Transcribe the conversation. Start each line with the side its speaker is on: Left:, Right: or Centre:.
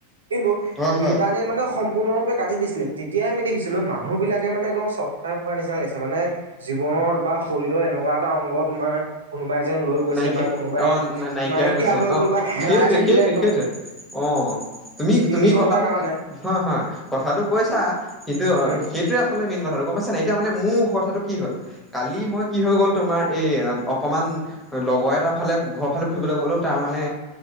Right: কিন্তু
Centre: হয় হয়
Right: ইণ্টাৰনেট মানে সম পূৰ্ণৰূপে কাটিছিলে তেতিয়া আমি দেখিছিলো মানুহ বিলাকে মানে একদম চট ফটাই ফুৰা নিচিনা লাগিছে মানে জীৱন বা শৰীৰৰ এনেকুৱা এটা অংগ তোমাৰ কোনোবাই যেন লৈ গৈছে
Centre: নাইকিয়া
Right: বা কোনোবাই
Centre: অ নাইকিয়া
Right: নাই কিয়
Centre: গৈছে
Right: হৈ
Centre: অ
Right: গ'ল বা হেৰাই
Centre: সেইটোৱে
Right: থাকিলে
Centre: সেইটোৱে
Right: একদম।
Centre: সেইটোৱে অ'। তুমি
Right: তিনি
Centre: তুমি
Right: ঘন্টাৰ
Centre: কথাটো
Right: কাৰণে
Centre: অ' হ কথাটো কৈছা কিন্তু
Right: উম
Centre: সেইটোৱে আচলতে মেইন কথাটো। গম পাইছা নাই এতিয়া মানে মোৰ কথাটো কি হ'ল কালি মই কি হৈ গ'ল তোমাৰ এই অ অকণমান লগৰ এটাৰ ফালে ঘৰৰ ফালে ফুৰিবলৈ গ'লো, তাৰমানে